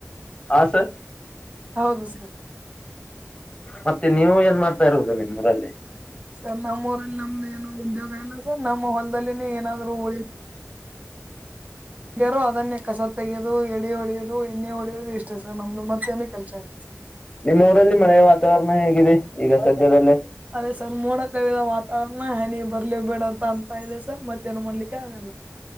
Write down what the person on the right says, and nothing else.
ಹೌದು ಸರ್
ಸರ್ ನಮ್ಮ್ ಊರಲ್ಲಿ ನಮ್ದ ಏನು ಉದ್ಯೋಗ ಇಲ್ಲ ಸರ್ ನಮ್ಮ್ ಹೊಲ್ದಲ್ಲಿನ ಏನಾದ್ರು ಉಳ ಹ್ಯಾರೋ ಅದನ್ನೇ ಕಸ ತೆೆಗೆಯೋದು ಎಳೆ ಹೊಳಿಯೋದು ಎಣ್ಣೆ ಹೊಡೆಯೋದು ಇಷ್ಟೇ ಸರ್ ನಮ್ದು ಮತ್ತೇಏನು ಕೆಲಸ ಇಲ್ಲ
ಅದೇ ಸರ್ ಮೋಡ ಕವಿದ ವಾತಾವರಣ ಹನಿ ಬರ್ಲಿ ಬೇಡಂತ ಅಂತ ಇದೆ ಸರ್ ಮತ್ತೇಏನು ಮಾಡ್ಲಿಕ್ಕೆ ಆಗಲ್ಲ